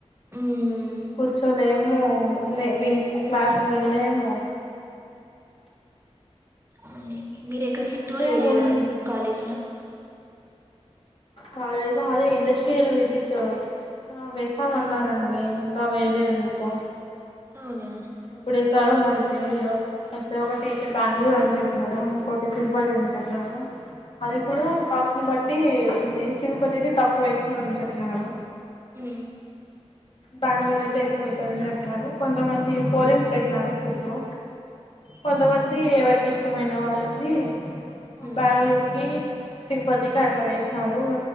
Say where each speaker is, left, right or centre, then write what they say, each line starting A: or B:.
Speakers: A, on the right; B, on the left.
A: మ్మ్
B: కూర్చోలేము ఉన్ లే
A: కూర్చోలేం
B: వి క్లాసులు వింన్లేము
A: అవునండి మీరు ఎక్కడికి
B: మేమైతే
A: టూర్ ఎయలేదా
B: ముందు
A: అండి కాలేజ్ లో
B: కాలేజ్ లో అదే ఇండస్ట్రియల్ విసిట్ ఆ వేస్తామన్నారండి ఇంకా వేయలే ఎందుకో
A: అవునా
B: ఎప్పుడేస్ స్తరో మరి తెలీయదు ఫస్తే ఒకటి అయితే బెంగళూరు అని చెప్పినారు ఇంకోటి తిరుపతి అని చెప్పినారు అది కూడా కాస్ట్ని బట్టి ఉంది తిరుపతైతే తక్కువైతుందని చెప్పినారూ
A: మ్
B: బెంగళూరైతే ఎక్కువైతదని చెప్పినారు కొంతమంది పోలింగ్స్ పెట్టినారు గ్రూప్ లో కొంతమంది ఎవరికిష్టమైన వాళ్ళది
A: మ్మ్
B: బెంగళూరుకిి తిరుపతికి అట్లా వేస్ నారు